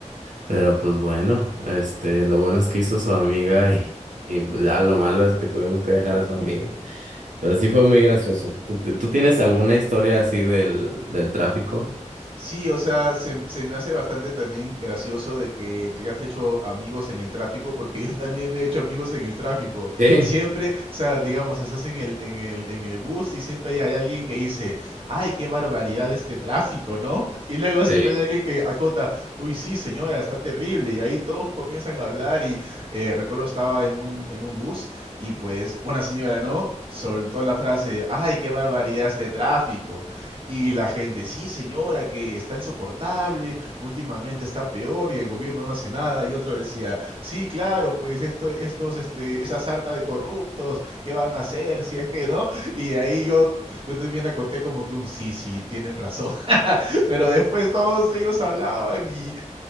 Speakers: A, on the right; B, on the right.
A: Pero pues bueno, este, lo bueno es que hizo su amiga y, y pues ya lo malo es que tuvimos que dejar a su amiga. Pero sí fue muy gracioso. ¿Tú, ti- tú tienes alguna historia así del, del tráfico?
B: Sí, o sea, se, se me hace bastante también gracioso de que te has hecho amigos en el tráfico, porque yo también me he hecho amigos en el tráfico.
A: Sí,
B: Siempre, o sea, digamos, estás en el, en el, en el bus y siempre hay alguien que dice, ay, qué barbaridad este tráfico, ¿no? Y luego siempre
A: sí.
B: hay alguien que acota, uy, sí, señora, está terrible. Y ahí todos comienzan a hablar y eh, recuerdo estaba en un, en un bus y pues una señora, ¿no? Soltó la frase, ay, qué barbaridad este tráfico. Y la gente, sí, señora, que está insoportable, últimamente está peor y el gobierno no hace nada. Y otro decía, sí, claro, pues esto, estos, este, esa sarta de corruptos, ¿qué van a hacer si es que no? Y de ahí yo, yo también acoté como que un sí, sí, tienen razón. <laughs> Pero después todos ellos hablaban y